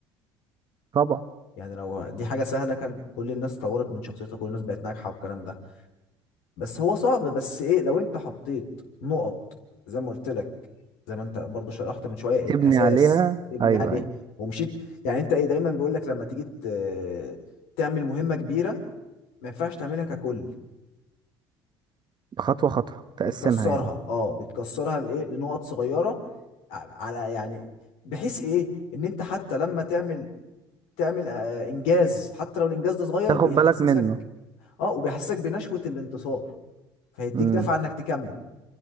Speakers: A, on the right; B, on the left.
A: طبعا
B: يعني لو دي حاجة سهلة كان كل الناس طورت من شخصيتها كل الناس بقت ناجحة والكلام ده بس هو صعب بس ايه لو انت حطيت نقط زي ما قلت لك زي ما انت برضو شرحت من شويه
A: تبني
B: الاساس
A: عليها
B: تبني
A: ايوه
B: عليه
A: يعني
B: ومشيت يعني انت ايه دايما بيقول لك لما تيجي ت- تعمل مهمه كبيره ما ينفعش تعملها ككل
A: خطوة خطوة تقسمها
B: بتكسرها
A: يعني
B: اه بتكسرها لايه لنقط صغيره ع- على يعني بحيث ايه ان انت حتى لما تعمل تعمل آه، انجاز حتى لو الانجاز ده صغير
A: تاخد
B: بيحسسك
A: بالك منه
B: اه وبيحسسك بنشوه الانتصار فيديك
A: مم.
B: دفعه انك تكمل